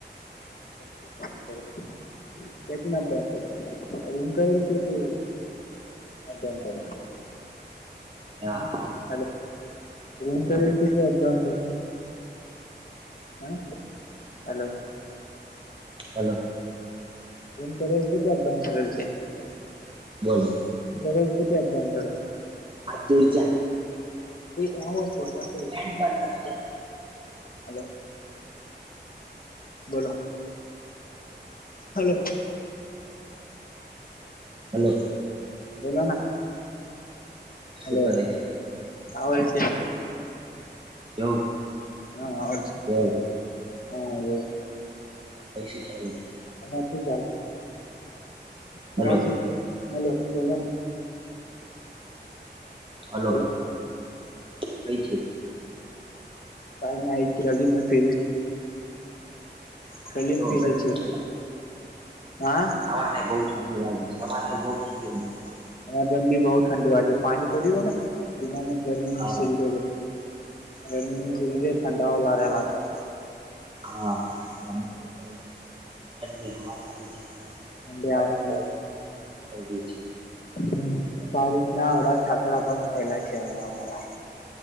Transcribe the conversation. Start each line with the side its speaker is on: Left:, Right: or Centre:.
Left: <unintelligible> દમ કર.
Right: હા
Left: હ
Right: હા
Left: હ એમ કરલ છે કે અધોઉ. હ હલો.
Right: હલો
Left: જૂમ કરલ છે કે અધ્યાન કરેલ છે
Right: બોલો.
Left: બલ છે એકદમ અંતર.
Right: આજ દોરજ.
Left: એ હ ઓસ્પડ બનને.
Right: પ બાંધતા હજા.
Left: હલો બોલો. હલો.
Right: હલો.
Left: બોલોલો ના
Right: શું
Left: હલો.
Right: કરે છે
Left: આવલ છેલ છે
Right: કેવું
Left: હાલ છે.
Right: કેવું
Left: હા.
Right: પૈસી ચા.
Left: શ ચાલે. તમા
Right: હલો
Left: હલો બોલો.
Right: હલોો
Left: બોલો
Right: કઈ છે.
Left: કઈ ના કે રલી મે ફરે. કલીમી
Right: એવો ગલીમાં
Left: જે છે હા.
Right: અમાર હાઈ બહુ ઠંડી વાે છે અમા હાઈ બહુ ઠંડી વા છે.
Left: હ, ગરમી બહુ ઠંડી હોવા છે. પાણી પડીયું હો બના ગરમીની.
Right: હા
Left: રેડ મ સરી ઠંડા ઓ લ લગતા હ. <unintelligible>
Right: હા, હા, હા, તો ઠંડી હવા ચાલી છે, મારે
Left: ઠંડી
Right: અને
Left: આવે હ
Right: તો થઈ ગઈ છે.
Left: હ, આ રીતના આવડા સાકડા બંધ થયેલા છે આવડા અમારા.